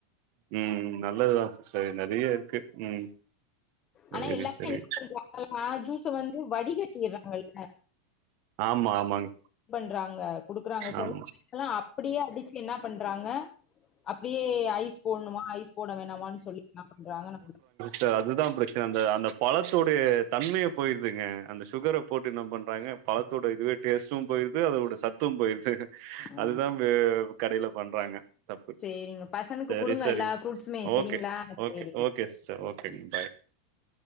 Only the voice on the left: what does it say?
ஆனா எல்லாருமே
என்ன பண்றாங்கன்னா ஜூஸ வந்து வடிகட்டிறாங்கள்ல
ட்றாங்க குடுக்குறாங்க சில
ல்லா அப்டியே அடிச்சு என்ன பண்றாங்க அப்டியே ஐஸ் போடணுமா ஐஸ் போட வேணாமனு சொல்லி என்ன பண்றாங்க நம்ம
ஆ
சேரிங்க பசனுக்கு
குடுங்க
எல்லா ஃப்ரூட்ஸுமே
செரிங்களா
சேரிங்க
ம்